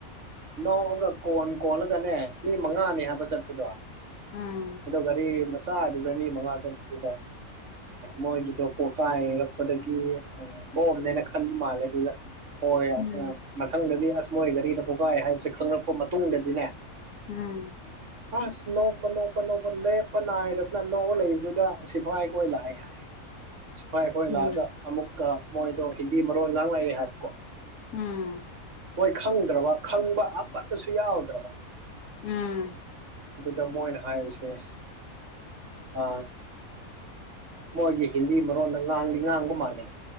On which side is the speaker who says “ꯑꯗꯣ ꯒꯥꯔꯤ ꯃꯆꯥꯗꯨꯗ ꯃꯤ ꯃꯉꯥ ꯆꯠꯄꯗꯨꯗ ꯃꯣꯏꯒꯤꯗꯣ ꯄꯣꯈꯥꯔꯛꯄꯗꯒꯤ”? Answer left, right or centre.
Right